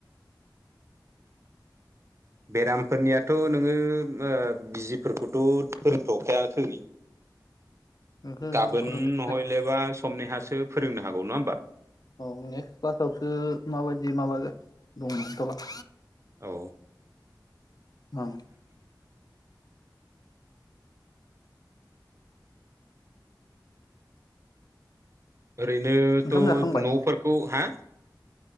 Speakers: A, on the right; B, on the left.
A: बेरामफोरनियाथ' नोङो ओ बिजिफोरखौथ' फोरोंथ'खायाखै
B: ओहो ओहो
A: गाबोन
B: फोरोंथ'वाखै
A: नहलेबा समनिहासो फोरोंनो हागौ नङा होमबा?
B: औ नेक्स्ट क्लासावसो माबायदि माब दंथ'ला
A: औ
B: औ।
A: ओरैनोथ'
B: ओंखाम जाखांबाय
A: न'फोरखौ हा।